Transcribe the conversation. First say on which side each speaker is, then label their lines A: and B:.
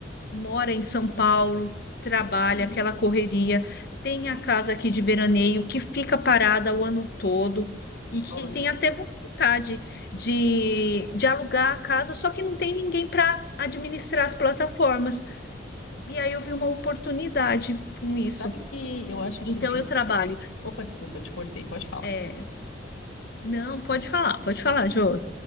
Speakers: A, on the left (about 50°); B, on the left (about 85°).
A: mora em São Paulo, trabalha,
B: uhum.
A: aquela correria. Tem a casa aqui de veraneio que fica parada o ano todo e que
B: Olha
A: tem até
B: só.
A: vontade de, de alugar a casa, só que não tem ninguém para administrar as plataformas. E aí eu vi uma oportunidade com isso.
B: Sabe que eu acho isso
A: Então
B: bem...
A: eu trabalho.
B: ba- Opa, desculpa, te cortei. Pode falar.
A: é, Não, pode falar, pode falar, Jô.